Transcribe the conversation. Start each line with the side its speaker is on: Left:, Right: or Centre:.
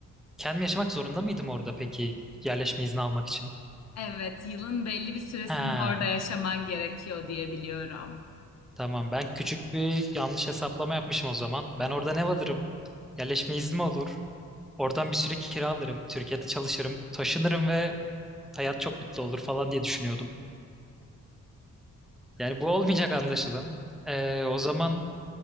Centre: kendim yaşamak zorunda mıydım orada peki yerleşme izni almak için?
Left: Evet, yılın belli bir süresinde
Centre: Ha,
Left: orada yaşaman gerekiyor diye biliyorum.
Centre: tamam ben küçük bir yanlış hesaplama yapmışım o zaman. Ben oradan ev alırım. Yerleşme iznim olur. Oradan bir süre kira alırım Türkiye'de çalışırım. Taşınırım ve hayat çok mutlu olur falan diye düşünüyordum. Yani bu olmayacak anlaşılan. Ee, o zaman